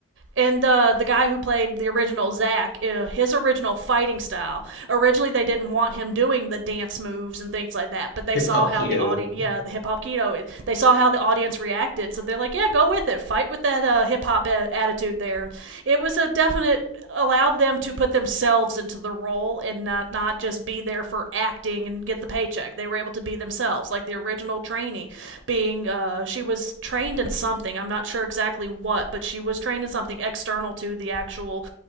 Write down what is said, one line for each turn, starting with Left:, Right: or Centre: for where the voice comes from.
Right: and the the guy who played the original Zack, uh, his original fighting style. Originally, they didn't want him doing the dance moves and things like that, but they
Left: hip
Right: saw
Left: hop
Right: how
Left: keto.
Right: the audience, yeah, the hip hop keto, it- they saw how the audience reacted, so they're like, yeah, go with it, fight with that uh, hip hop a- attitude there. And It was a definite allowed them to put themselves into the role and not not just be there for acting and get the paycheck. They were able to be themselves, like the original trainee being uh, she was trained in something. I'm not sure exactly what, but she was trained in something external to the actual